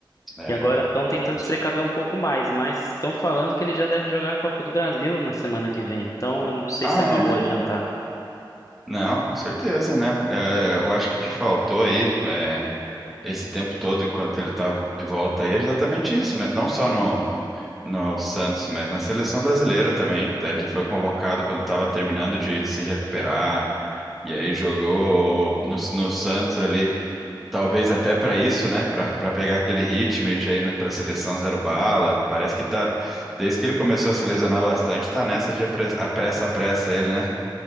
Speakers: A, in the centre; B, on the left.
A: é.
B: E agora estão tentando
A: exato.
B: se precaver um pouco mais, mas estão falando que ele já deve jogar a Copa do Brasil na semana que vem. Então, eu não sei
A: Ah,
B: se é uma
A: é?
B: boa adiantar.
A: Não, com certeza, né? É, eu acho que o que faltou aí, é, esse tempo todo, enquanto ele estava de volta aí, é exatamente isso, né? Não só no, no Santos, mas na seleção brasileira também. Tá? Ele foi convocado quando estava terminando de se recuperar, e aí jogou no, no Santos ali. Talvez até para isso, né? Para para pegar aquele ritmo e já ir para a seleção zero bala. Parece que tá. Desde que ele começou a se lesionar bastante, tá nessa de apressa, apressa, apressa ele, né?